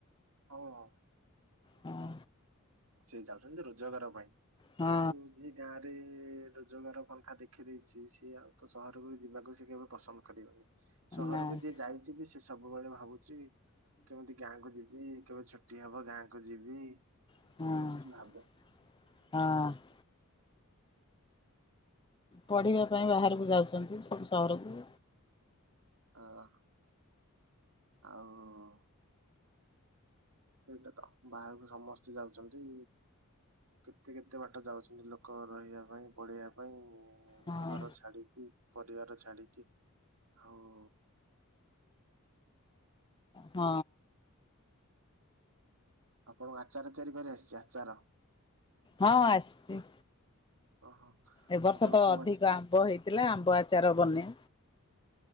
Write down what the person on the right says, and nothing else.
ହଉ ହଁ।
ସେ ଯାଉଚନ୍ତି ରୋଜଗାର ପାଇଁ
କିନ୍ତୁ ଯିଏ ଗାଁ ରେ ରୋଜଗାର ପନ୍ଥା ଦେଖିଦେଇଛି ସିଏ ଆଉ ତ ସହରକୁ ଯିବାକୁ ସେ କେବେ ପସନ୍ଦ କରିବନି। ସହରକୁ
ଯିଏ ଯାଇଛି ବି ସେ ସବୁବେଳେ ଭାବୁଛି କେମିତି ଗାଁ କୁ ଯିବି କେବେ ଛ ଟି ହବ ଗାଁକୁ ଯିବି।
ଏମିତି ସେ ଭାବେ
ଆହ। ଆଉ ସେଇଟା ତ ବାହାରକୁ ସମସ୍ତେ ଯାଉଛନ୍ତି କେତେ କେତେ ବାଟ ଯାଉଚନ୍ତି ଲୋକ ରହିବା ପାଇଁ ପଢିବା ପାଇଁ
ଘର ଛାଡିକି ପରିବାର ଛାଡିକି ଆଉ
ଆପଣଙ୍କୁ ଆଚାର ତିଆରି କରି ଆସିଚି ଆଚାର।
ଓହୋ
ଆପଣ
କୋଉ
ଆଚାର